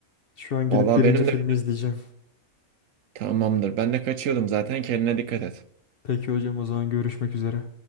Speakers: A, on the left; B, on the right.
A: Şu an gidip
B: vallahi
A: birinci
B: benim
A: filmi
B: de
A: izleyeceğim.
B: tamamdır. Ben de kaçıyordum zaten. Kendine dikkat et.
A: Peki hocam o zaman görüşmek üzere.